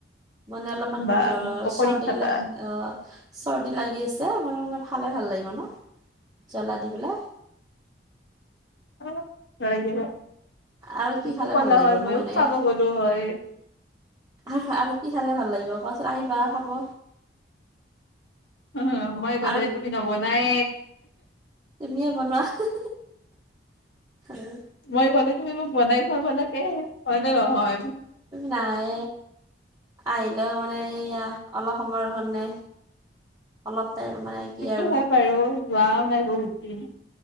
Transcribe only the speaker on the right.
মানে অলপমান
জ্বৰ
চৰ্দিলে
অ চৰ্দি লাগি আছে উম খালে ভাল লাগিব ন জ্বলা দি পেলাই
আৰু কি
খালে
ভাল লাগিবনো
এনে?
আৰু আৰু কি খালে ভাল লাগিব কোৱাচোন আহিবা খাব
আৰু
তুমিয়ে বনোৱা আৰু
নাই আহিলেও মানে এইয়া অলপ সময়ৰ কাৰণে অলপ টাইম মানে কি
আৰু